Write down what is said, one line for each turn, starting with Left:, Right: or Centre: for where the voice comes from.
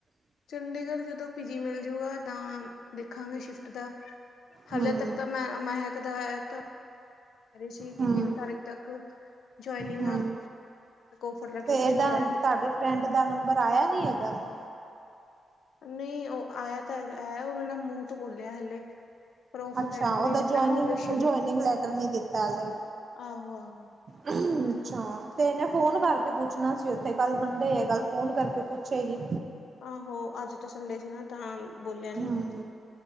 Left: ਚੰਡੀਗੜ੍ਹ ਜਦੋਂ ਪੀਜੀ ਮਿਲ ਜੂਗਾ ਤਾਂ ਦੇਖਾਂਗੇ ਸ਼ਿਫਟ ਦਾ। ਹਾਲੇ
Right: ਹਮ
Left: ਤੱਕ ਤਾਂ ਮੈਂ ਮਹਿਕ ਦਾ ਹੈ ਤਾਂ ਕਹਿ ਰਹੇ ਸੀ। ਕਿ
Right: ਹਮ
Left: ਤਿੰਨ ਤਾਰੀਖ ਤੱਕ ਜੁਆਇਨਿੰਗ
Right: ਹਮ
Left: ਆਫਰ ਲੈਟਰ
Right: ਤੇ
Left: ਕੁਛ
Right: ਇਹਦਾ
Left: ਆਇਆ
Right: ਤੁਹਾਡੇ
Left: ਨਹੀਂ
Right: ਫਰੈਂਡ ਦਾ ਨੰਬਰ ਆਇਆ ਵੀ ਹੇਗਾ ਵੇ।
Left: ਨਹੀਂ ਓਹ ਆਇਆ ਤਾਂ ਹੈ ਉਨੇ ਨਾ ਮੂੰਹ ਤੋਂ ਬੋਲਿਆ ਹਲੇ। ਪਰ ਔਫਰ
Right: ਅੱਛਾ।
Left: ਲੈਟਰ ਨਹੀਂ
Right: ਓਦਾ
Left: ਦਿੱਤਾ
Right: ਜੋਇਨਿੰਗ-
Left: ਨਾ ਓਫੀਸ਼ਲੀ
Right: ਜੋਇਨਿੰਗ ਲੈਟਰ ਨੀ ਦਿਤਾ ਹਲੇ।
Left: ਆਹੋ-ਆਹੋ।
Right: ਹੂੰ। ਅੱਛਾ। ਤੇ ਏਨੇ ਫੋਨ ਕਰਕੇ ਪੁੱਛਣਾ ਸੀ ਓਥੇ, ਕੱਲ ਮੰਡੇ ਏ ਕੱਲ ਫੋਨ ਕਰਕੇ ਪੁੱਛੇਗੀ।
Left: ਆਹੋ! ਅੱਜ ਤਾਂ ਸੰਡੇ ਸੀ ਨਾ, ਤਾਂ ਬੋਲਿਆ ਨੀ।
Right: ਹਮ